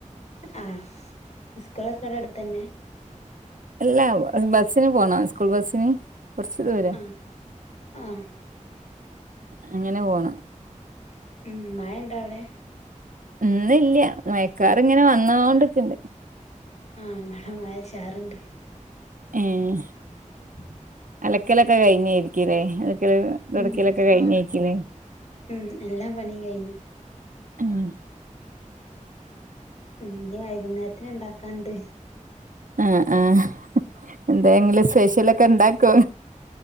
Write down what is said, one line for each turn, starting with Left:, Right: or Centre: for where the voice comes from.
Left: ആ സ്സ്കൂളൊക്കെടെടുത്തന്നെ
Right: ഇല്ലാ ബസ്സിന് പോണം സ്കൂൾ ബസ്സിന് കൊറ്ച്ചുദൂര
Left: ആഹ് ആഹ്
Right: അങ്ങനെപോണം
Left: ഉം മഴ എന്താ അവിടെ
Right: ഇന്ന ഇല്ല മയക്കാർ ഇങ്ങനെ വന്നോണ്ടൊക്കെണ്ട്
Left: ആ മട വായച്ചാറുണ്ട്
Right: ആഹ
Left: ഉ
Right: അലക്കലൊക്കെ കഴിഞ്ഞാരിക്കുല്ലേ? ല്ക്കല് തൊട്ക്കലൊക്കെ
Left: ഉം
Right: കഴിഞ്ഞേ
Left: ആഹ്
Right: ക്കുല്ലേ?
Left: ഉം എല്ലാ പണിയും കഴിഞ്ഞ്
Right: ആഹ്.
Left: ഇഞ്ഞ് വൈകുന്നേര്ത്തിന് ഇണ്ടാക്കാണ്ട്.
Right: ആഹ് ആഹ് എന്തേങ്കിലും സ്പെഷ്യലൊക്കെണ്ടാക്കോ?